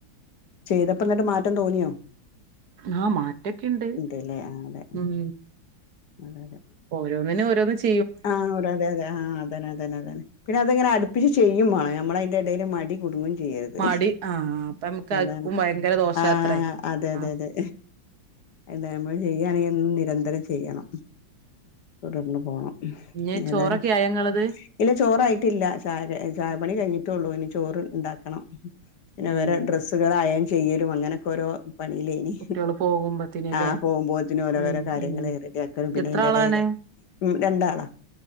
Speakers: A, on the left; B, on the right.
A: ചെയ്തപ്പോ ഇന്നിട്ട് മാറ്റം തോന്നിയോ
B: ആഹ് മാറ്റൊക്കെണ്ട്
A: ഇണ്ട് ലേ ആ അതെ
B: ഉം
A: അതെ അതെ
B: ഓരോന്നിനും ഓരോന്ന് ച്
A: ആഹ് അവ്ടെ അതെ അതെ ആ അതന്നെ അതന്നെ അതന്നെ പിന്നെതങ്ങനെ അടുപ്പിച്ച് ചെയ്യും വാണം നമ്മള് അയിൻ്റെ ഇടയിൽ മടി കുടുങ്ങും ചിച്ചര്ത്
B: മടി ആഹ് അപ്പൊ നമുക്ക്
A: അതാണ്
B: അക്കും ഭയങ്കര ദോഷാത്രേ
A: ആ അതെ അതെ
B: ആഹ്
A: അതെ എന്താ ഞമ്മള് ചെയ്യാണെങ്കി ഒ നിരന്തരം ചെയ്യണം തുടർന്ന് പോണം
B: ഇഞ്ഞ് ചോറൊക്കെ
A: ഏതാനും
B: ആയോ ഇങ്ങളത്
A: ഇല്ല ചോറായിട്ടില്ല ചായ ചായ പണി കഴിഞ്ഞിട്ടൊള്ളു ഇന്- ചോറ് ഇണ്ടാക്കണം പിന്നെ
B: ഉം
A: വേറെ ഡ്രസ്സുകൾ അയേൺ ചെയ്യരും അങ്ങനെയൊക്കെ ഓരോ പണില്ലേ ഇനി
B: കുട്ട്യോള് പോകുമ്പത്തിന്
A: ആ
B: ല്ലേ
A: പോകുമ്പോത്തിന് ഓരോ
B: ഉം
A: ഓരോ കാര്യങ്ങൾ
B: ഉം
A: റെഡി ആക്കലും പിന്നെ
B: എത്ര
A: അതിന്റെ
B: ആളാണ്
A: എടയില് ഉം രണ്ടാളാ